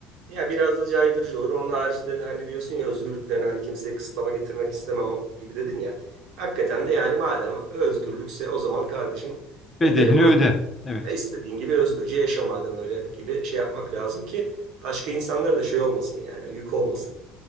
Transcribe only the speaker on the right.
Ya biraz da caydırıcı olur. Onun haricinde de hani diyorsun ya özgürlüklerini hani kimseye kısıtlama getirmek istemem o- gibi dedin ya. Hakikaten de yani madem özgürlükse o zaman kardeşim
bedeli bu.
E, istediğin gibi özgürce yaşa madem öyle gibi şey yapmak lazım ki başka insanlara da şey olmasın yani yük olmasın.